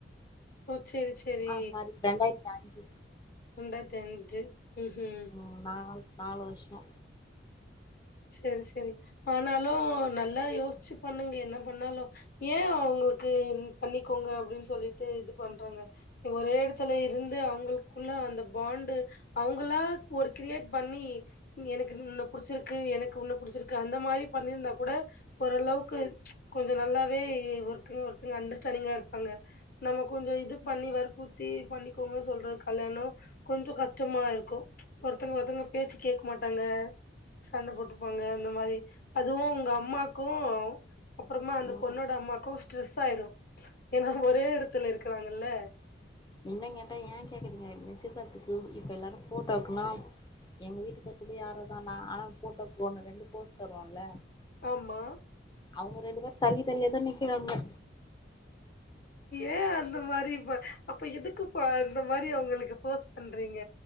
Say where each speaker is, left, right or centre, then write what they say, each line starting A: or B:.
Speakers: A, on the left; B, on the left.
A: ஓ செரி செரி
B: ஆ சாரி ரெண்டாயிரத்தி அஞ்சு
A: ரெண்டாயிரத்தி அஞ்சு உஹ்ம் உம்
B: ம் நாலு நாலு வர்ஷோ
A: செரி செரி ஆனாலு நல்லா யோஸ்ச்சு பண்ணுங்கே என்ன பண்ணாலு ஏ அவுங்களுக்கு பண்ணிக்கோங்க அப்டின்னு சொல்லிட்டு இது பண்றாங்க ஒரே எடத்துல இருந்து அவுங்களுக்குள்ள அந்த பாண்டு அவுங்களா ஒரு க்ரியேட் பண்ணி எனக்குன் புடிச்சிருக் கு எனக்கு ஒன்ன புடிச்சிருக்கு அந்த மாரி பண்ணிருந்தா கூட ஓரளவுக்கு கொஞ்சோ நல்லாவே ஒருத்தங்க ஒருத்தங்க அண்டர்ஸ்டாண்டிங்கா இருப்பாங்க நம்ம கொஞ்சோ இது பண்ணி வற்புற்த்தி பண்ணிக்கோங்க சொல்ற கல்யாணோ கொஞ்சோ கஷ்டமா இருக்கு ஒருத்தங்க ஒருத்தங்க பேச்சு கேக்க மாட்டாங்க சண்ட போட்டுபாங்க அந்த மாரி அதுவு உங்க அம்மாக்கு அப்பறமா அந்த
B: ம்
A: பொண்ணோட அம்மாக்கு ஸ்ட்ரெஸ் ஆயிரு ஏன்னா ஒரே எடத்துல இருக்கறாங்கல்ல
B: இன்னு கேட்டா ஏ கேக்குறீங்க நிச்யத்தாத்துக்கு இப்ப எல்லாரு ஃபோட்டோவுக்குன்னா எங்க வீட்டுக்கார் கூட யாரோ தா நா ஆனா ஃபோட்டோக் ஒன்னு ரெண்டு போஸ் தருவோல்ல
A: ஆமா
B: அவுங்க ரெண்டு பேர் தள்ளி தள்ளியேதா நிக்கிறாங்க
A: ஏ அந்த மாரி ப அப்ப எதுக்குப்பா அந்த மாரி அவுங்களுக்கு போஸ் பண்றீங்க